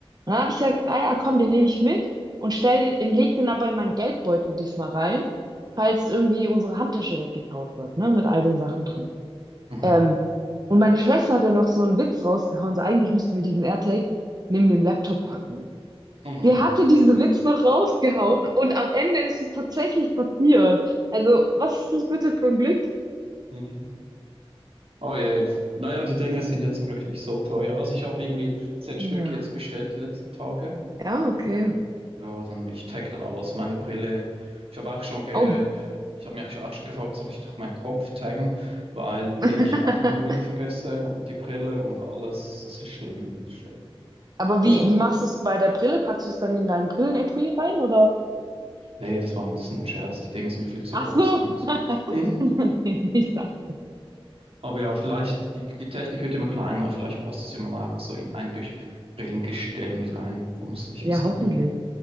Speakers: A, on the right; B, on the right.
A: dann habe ich gesagt, ah ja, komm, den nehme ich mit und stell den, leg den aber in meinen Geldbeutel diesmal rein, falls irgendwie unsere Handtasche weggekaut wird, ne, mit all den Sachen drin.
B: mhm,
A: Ähm, und meine Schwester hat dann noch so einen Witz rausgehauen, so eigentlich müssten wir diesen AirTag neben dem Laptop packen.
B: mhm,
A: Die hatte diesen Witz noch rausgehauen und am Ende ist es tatsächlich passiert. Also, was ist das bitte für ein Glück?
B: mhm. Oh je. Naja, die Dinger sind ja zum Glück nicht so teuer. Also ich habe irgendwie zehn
A: Ja.
B: Stück jetzt bestellt die letzten Tage.
A: Ja, okay.
B: Da Ja, dann ich tag dann alles. Meine Brille. Ich habe auch schon ge
A: Oh.
B: ich habe mich auch schon gefragt, soll ich noch meinen Kopf taggen, weil den
A: <laughs>
B: ich auch immer mal wieder vergesse und die Brille und alles, das ist schlimm, das ist schlimm.
A: Aber
B: Aber
A: wie,
B: sag,
A: wie machst du es bei der Brille? Packst du es dann in deinen Brillenetui rein oder?
B: nee, das war das ist nur ein Scherz, die Dinge sind ja viel zu
A: Ach
B: groß,
A: so.
B: ne?
A: <laughs>
B: <laughs>
A: Ich sag
B: Aber ja, vielleicht, die, die Technik wird immer kleiner, vielleicht passt es ja mal auch so in ein Bisch- Brillengestell mit rein, wo man es nicht
A: ja,
B: mehr sieht,
A: hoffentlich.
B: ne?